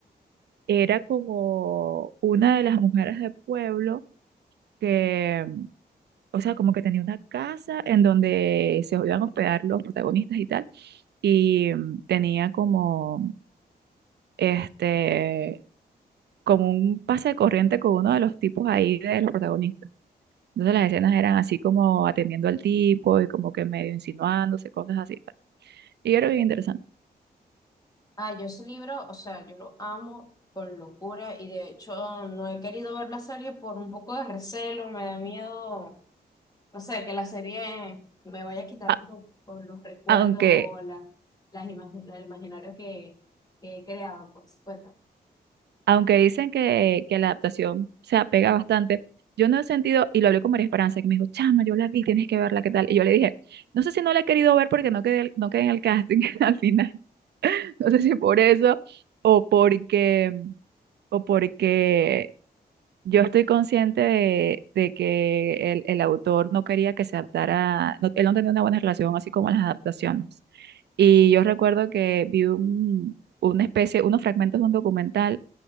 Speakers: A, on the right; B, on the left.
A: era como una de las mujeres del pueblo que, o sea, como que tenía una casa en donde se iban a hospedar los protagonistas y tal y mm, tenía como este como un pase de corriente con uno de los tipos ahí de los protagonistas. Entonces las escenas eran así como atendiendo al tipo y como que medio insinuándose, cosas así. tal. Y yo era bien interesante.
B: Ah, yo ese libro, o sea, yo lo amo con locura y de hecho no he querido ver la serie por un poco de recelo, me da miedo O sea, que la serie me vaya a quitar
A: A-
B: como por los recuerdos
A: aunque,
B: o la, las imagi- el imaginario que, que he creado, pues. Cuenta.
A: aunque dicen que, que la adaptación se apega bastante, yo no he sentido, y lo hablé con María Esperanza, que me dijo, chama, yo la vi, tienes que verla, ¿qué tal? Y yo le dije, no sé si no la he querido ver porque no quedé, no quedé en el casting <laughs> al final. No sé si por eso o porque o porque yo estoy consciente de, de que el, el autor no quería que se adaptara, no- él no tenía una buena relación, así como las adaptaciones. Y yo recuerdo que vi un- una especie, unos fragmentos de un documental